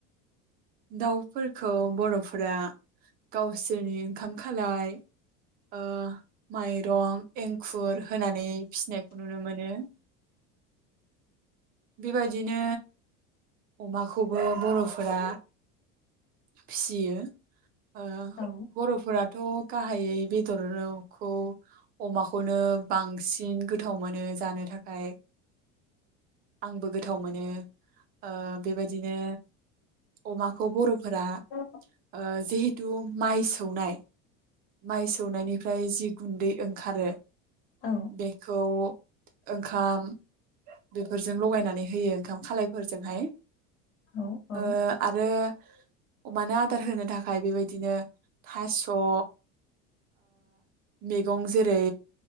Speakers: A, on the right; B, on the left.
A: दाउफोरखौ बरफोरा गावसोरनि ओंखाम खालाय ओ माइरं एंखुर होनानै फिसिनायखौ नुनो मोनो बेबायदिनो अमाखौबो बरफोरा फिसियो ओ
B: औ
A: बरफोराथ गाहायै बेदरखौ अमाखौनो बांसिन गोथाव मोनो जानो थाखाय आंबो गोथाव मोनो ओ बेबायदिनो अमाखौ बर'फोरा
B: औ
A: ओ जि थु माइ सौनाय माइ सौनायनिफ्राय जि गुन्दै ओंखारो
B: औ
A: बेखौ ओंखाम बेफोरजों लगायनानै होयो ओंखाम खालायफोरजोंहाय
B: औ औ
A: ओ आरो अमानो आदार होनो थाखाय बेबायदिनो थास' ओ मैगं जेरै